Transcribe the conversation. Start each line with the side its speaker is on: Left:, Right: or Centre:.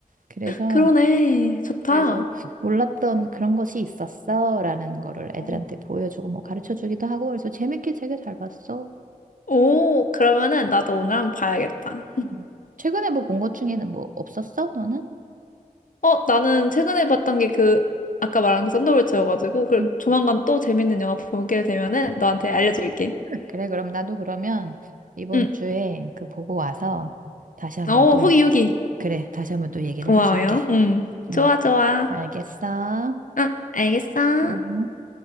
Right: 그래서
Left: 그러네. 좋다.
Right: 그래서 몰랐던 그런 것이 있었어라는 거를 애들한테
Left: 어.
Right: 보여주고 뭐 가르쳐 주기도 하고 그래서 재밌게 되게 잘 봤어.
Left: 오, 그러면은 나도 오늘 한번 봐야겠다.
Right: 음. 최근에 뭐 본 것 중에는 뭐 없었어? 너는?
Left: 어, 나는 최근에 봤던 게 그, 아까 말한 그 썬더볼츠여가지고, 그
Right: 음.
Left: 조만간 또 재밌는 영화 보게 되면은 너한테 알려줄게.
Right: 그래 그럼 나도 그러면 이번
Left: 응.
Right: 주에 그 보고 와서 다시 한번
Left: 어,
Right: 또
Left: 후기, 후기.
Right: 그래 다시 한번 또 얘기를
Left: 고마워요.
Right: 해줄게.
Left: 응.
Right: 응.
Left: 좋아, 좋아.
Right: 알겠어.
Left: 아, 알겠어.
Right: 응.